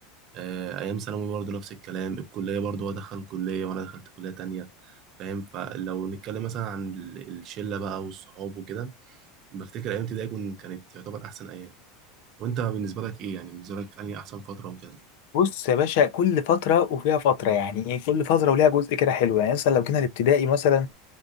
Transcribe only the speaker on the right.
آه ايام ثانوي برضه نفس الكلام الكليه برضه هو دخل كليه وانا دخلت كليه تانية فاهم فلو نتكلم مثلا عن ال- الشله بقى والصحاب وكده بفتكر ايام ابتدائي كن- كانت تعتبر احسن ايام وانت بالنسبه لك ايه يعني بالنسبه لك انهي احسن فتره وكده